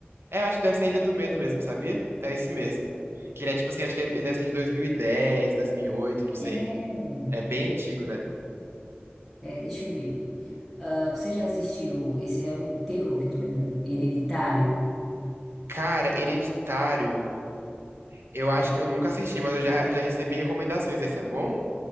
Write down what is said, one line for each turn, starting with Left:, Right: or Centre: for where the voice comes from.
Right: É, eu acho que deve ser a Ilha do Medo mesmo, sabia? É isso mesmo. Que ele é tipo assim, acho que ele deve ser de dois dois mil mil e dez, dois mil e oito, não sei.
Centre: É,
Right: É bem antigo, né?
Centre: é, deixa eu ver. Ah, Você já assistiu? Esse é um terror que eu tô lembrando. Hereditário?
Right: Cara, Hereditário. Eu acho
Centre: É,
Right: que eu nunca assisti, mas eu já, já recebi recomendações. Esse é bom?